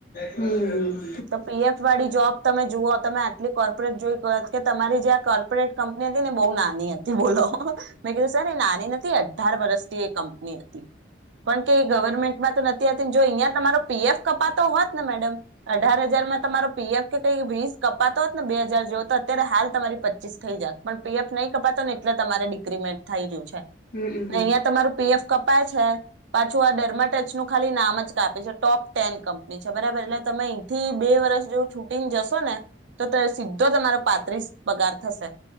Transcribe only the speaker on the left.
હમમ
હમમ હમમ